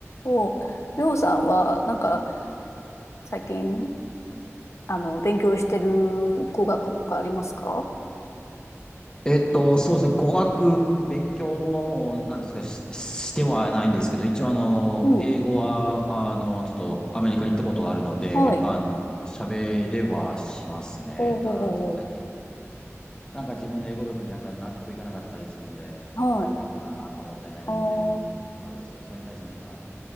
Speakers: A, on the left (about 65°); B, on the left (about 15°).
A: お、りょうさんは、なんか、最近、あの、勉強してる語学とかありますか
B: えっと、そうですね。語学勉強はもう、なんていうんですか、し、してはないんですけど、一応あの、
A: うん。
B: 英語は、あの、ちょっとアメリカに行ったことがあるので、
A: はい。
B: あの、喋れはしますね。
A: おーおー
B: ただ、ちょっと最近、
A: おー
B: なんか自分の英語力になんか納得いかなかったりするんで、なんかどうなのかなと思ったり悩んでることはありますけど、
A: おーはい。あー
B: それに対して何か、